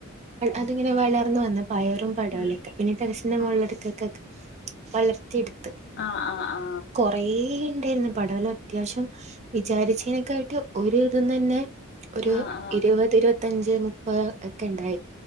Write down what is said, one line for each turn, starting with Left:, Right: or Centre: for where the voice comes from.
Right: അതിങ്ങനെ വളർന്നു വന്ന പയറും പടവലൊക്കെ
Left: ഉം
Right: പിന്നെ ടെറസിന്റെ
Left: ഉം
Right: മോളെടക്കൊക്കെ വളർത്തിയെടുത്ത്
Left: ആഹ് ആഹ് ആഹ
Right: കുറയെ ഉണ്ടായിരുന്നു പടവല അത്യാവശ്യം വിചാരിച്ചതിനൊക്കെ ആയിട്ട് ഒരിതം തന്നെ ഒരു
Left: ആഹ് ആഹ്
Right: ഇരുപത് ഇരുപത്തഞ്ച് മുപ്പത് ഒക്കെ ഉണ്ടായി